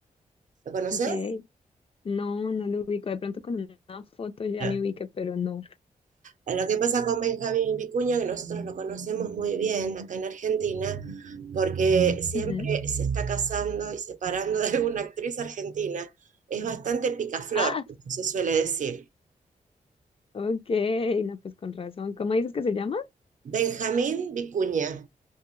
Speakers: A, on the right; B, on the left.
A: ¿lo conoces?
B: ok. No, no lo ubico. De pronto con una foto ya
A: Eh,
B: me ubiqué, pero no.
A: Lo que pasa con Benjamín Vicuña, que nosotros lo conocemos muy bien acá en Argentina, porque siempre
B: Ujú.
A: se está casando y separando de alguna actriz argentina. Es bastante picaflor,
B: Ah,
A: se suele decir.
B: ok, no, pues con razón. ¿Cómo dices que se llama?
A: Benjamín Vicuña.